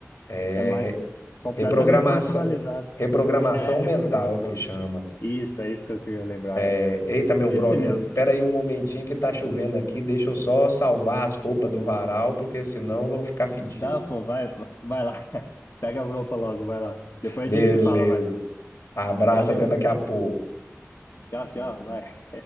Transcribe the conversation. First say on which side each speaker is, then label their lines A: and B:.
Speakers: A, on the left; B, on the left.
A: é,
B: É mais
A: re-
B: completamente
A: reprogramação,
B: personalizado.
A: reprogramação
B: Re- É reprogramação.
A: mental que chama.
B: Isso, é isso que eu queria lembrar.
A: É,
B: é.
A: eita, meu
B: Esse
A: brother,
B: mesmo.
A: pera aí um momentinho que tá chovendo aqui, deixa eu só salvar as roupas do varal, porque senão vão ficar fedidas.
B: Tá, pô, vai, vai lá. <laughs> Pega a roupa logo, vai lá. Depois
A: Beleza.
B: a gente se fala mais.
A: Abraço,
B: Valeu.
A: até daqui a pouco.
B: Tchau, tchau, vai.